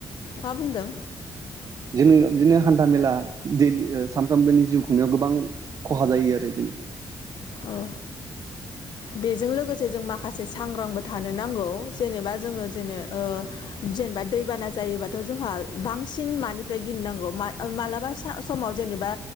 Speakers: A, on the left; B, on the right.
A: मा बुंदों।
B: जोङो बिदिनो हान्था मेला दैलि सानफ्रोमबोनि जिउ खुंनायाव गोबां खहा जायो आरो
A: औ बेजों लोगोसे जों माखासे सांग्रांबो थानो नांगौ जेनेबा जोंङो जेने ओ जेनेबा दैबाना जायोबाथ जोंहा बांसिन मानिफ्राय गिनांगौ मालाबा समाव जेनेबा